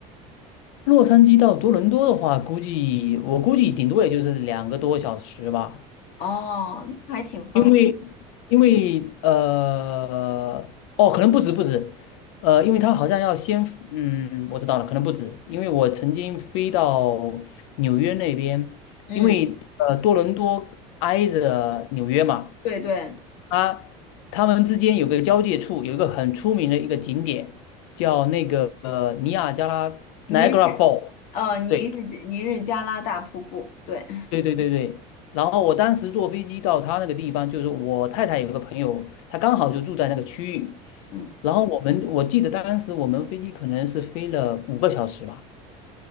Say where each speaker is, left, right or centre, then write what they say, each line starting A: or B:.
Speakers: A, on the left (about 80°); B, on the left (about 55°).
A: 洛杉矶到多伦多的话，估计我估计顶多也就是两个多小时吧，
B: 哦，那还挺方便。
A: 因为因为呃哦，可能不止不止，呃，因为它好像要先嗯，我知道了，可能不止，因为我曾经飞到纽约那边，
B: 嗯，
A: 因为呃多伦多挨着纽约嘛，
B: 对对，
A: 它他们之间有个交界处，有一个很出名的一个景点叫那个呃尼亚加拉
B: 尼日
A: Niagara Fall。
B: 呃尼日加尼日加拉大瀑布，
A: 对，
B: 对，
A: 对对对对，然后我当时坐飞机到他那个地方，就是我太太有个朋友，他刚好就住在那个区域，
B: 嗯，
A: 然后我们我记得当时我们飞机可能是飞了五个小时吧，